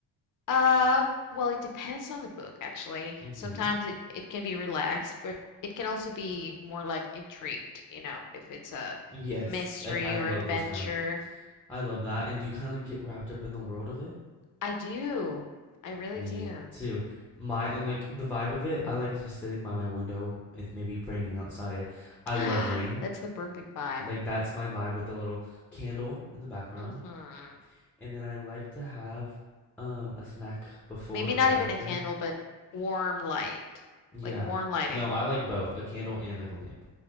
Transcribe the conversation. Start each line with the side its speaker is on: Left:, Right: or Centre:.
Left: Uh, well, it depends on the book, actually.
Centre: Mm-hmm.
Left: Sometimes it, it can be relaxed, but it can also be more like intrigued, you know, if it's a
Centre: Yes,
Left: mystery
Centre: like I
Left: or
Centre: love
Left: adventure.
Centre: those kind of I love that. And do you kind of like get wrapped up in the world of it?
Left: I do. I really
Centre: Me
Left: do.
Centre: too. My and like the vibe of it, I like just sitting by my window. It's maybe raining outside. I
Left: <gasps>
Centre: love rain.
Left: That's the perfect vibe.
Centre: Like that's my vibe with the little candle in the background.
Left: Mm-hmm.
Centre: And then I like to have um a snack before
Left: Maybe not
Centre: or
Left: even
Centre: after.
Left: a candle, but warm light,
Centre: Yeah.
Left: like warm lighting.
Centre: No, I like both, a candle and like a lamp.